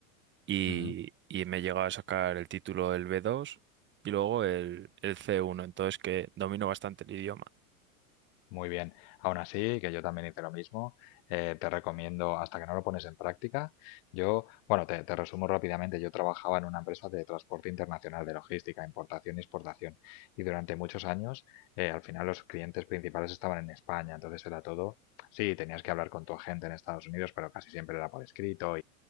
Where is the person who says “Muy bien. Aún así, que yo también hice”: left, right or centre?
Left